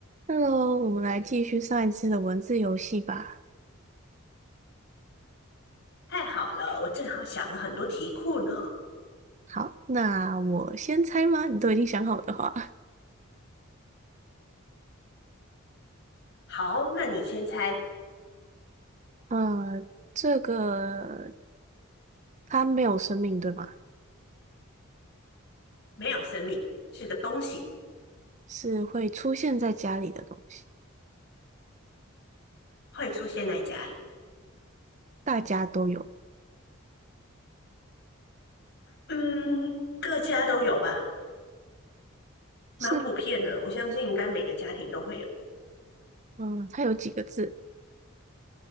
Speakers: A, on the right; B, on the left.
A: Hello，我们来继续上一次的文字游戏吧。
B: 太好了，我正好想了很多题库呢。
A: 好，那我先猜吗？你都已经想好的话，
B: 好，那你先猜，
A: 呃，这个它没有生命，对吗？
B: 没有生命是个东西，
A: 是会出现在家里的东西，
B: 会出现在家里。
A: 大家都有。
B: 嗯，各家都有吧，蛮普遍的。
A: 是，
B: 我相信应该每个家庭都会有。
A: 嗯，它有几个字？